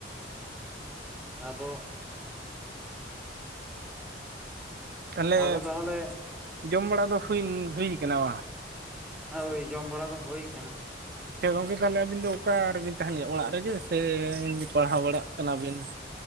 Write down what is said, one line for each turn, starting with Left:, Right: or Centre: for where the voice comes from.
Centre: ᱟᱫᱚ <unintelligible>
Right: ᱛᱟᱦᱚᱞᱮ
Centre: ᱟᱫᱚ ᱛᱟᱦᱚᱞᱮ
Right: ᱡᱚᱢ ᱵᱟᱲᱟ ᱫᱚ ᱦᱩᱭ ᱦᱩᱭ ᱠᱟᱱᱟ ᱵᱟᱝ?
Centre: ᱦᱮᱸ ᱳᱭ ᱡᱚᱢ ᱵᱟᱲᱟ ᱫᱚ ᱦᱩᱭᱟ ᱟᱠᱟᱱᱟ
Right: ᱟᱪᱷᱟ ᱜᱚᱝᱠᱮ ᱛᱟᱦᱚᱞᱮ ᱟᱹᱵᱤᱱ ᱫᱚ ᱚᱠᱟ ᱨᱮᱵᱤᱱ ᱛᱟᱦᱮᱱ ᱜᱮᱭᱟ ᱚᱲᱟᱜ ᱨᱮᱜᱮ ᱥᱮ ᱯᱟᱲᱦᱟᱣ ᱵᱟᱲᱟᱜ ᱠᱟᱱᱟ ᱵᱤᱱ?